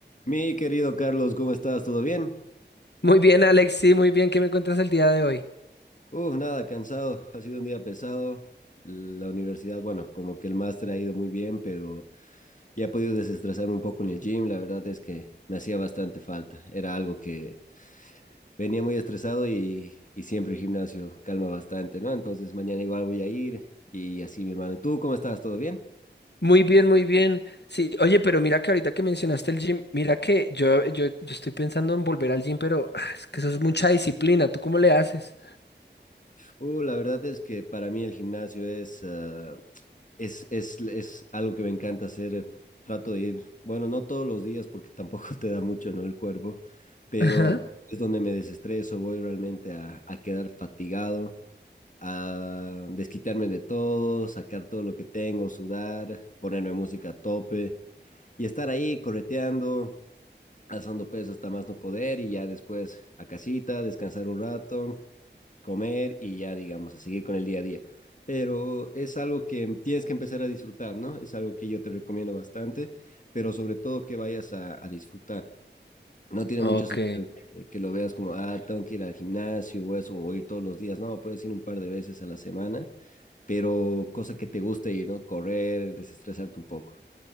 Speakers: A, on the left; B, on the left.
A: Mi querido Carlos, ¿cómo estás? ¿Todo bien?
B: Muy bien, Alex, sí, muy bien. ¿Qué me cuentas el día de hoy?
A: Uf, nada, cansado. Ha sido un día pesado. La universidad, bueno, como que el máster ha ido muy bien, pero ya he podido desestresarme un poco en el gym. La verdad es que me hacía bastante falta. Era algo que venía muy estresado y, y siempre el gimnasio calma bastante, ¿no? Entonces mañana igual voy a ir y así, mi hermano. ¿Y tú cómo estás? ¿Todo bien?
B: Muy bien, muy bien. Sí, oye, pero mira que ahorita que mencionaste el gym, mira que yo, yo, yo estoy pensando en volver al gym, pero ah, es que eso es mucha disciplina. ¿Tú cómo le haces?
A: Uh, la verdad es que para mí el gimnasio es ah, es, es, es algo que me encanta hacer. eh, Trato de ir, bueno, no todos los días porque <laughs> tampoco te da mucho, ¿no? El cuerpo, pero
B: Ajá.
A: es donde me desestreso, voy realmente a, a quedar fatigado, a desquitarme de todo, sacar todo lo que tengo, sudar, ponerme música a tope y estar ahí correteando, alzando peso hasta más no poder y ya después a casita, descansar un rato comer y ya, digamos, a seguir con el día a día. Pero es algo que tienes que empezar a disfrutar, ¿no? Es algo que yo te recomiendo bastante, pero sobre todo que vayas a, a disfrutar. No tiene
B: Ok.
A: mucho sentido que, que lo veas como, ah, tengo que ir al gimnasio o eso, o ir todos los días. No, puedes ir un par de veces a la semana, pero cosa que te guste ir, ¿no? Correr, desestresarte un poco.